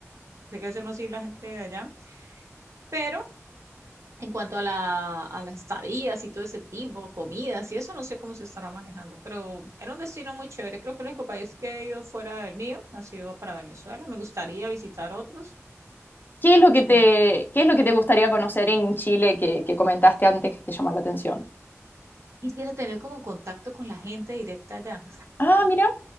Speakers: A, on the right (about 70°); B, on the left (about 40°).
A: sé que eso no sí la gente de allá, pero En cuanto a la, a las estadías y todo ese tipo, comidas y eso, no sé cómo se estará manejando, pero era un destino muy chévere. Creo que el único país que he ido fuera del mío ha sido para Venezuela. Me gustaría visitar otros,
B: ¿Qué es lo que te,
A: como
B: qué es lo que te gustaría conocer en Chile que, que comentaste antes que te llama la atención?
A: quisiera tener como contacto con la gente directa allá.
B: Ah, mira.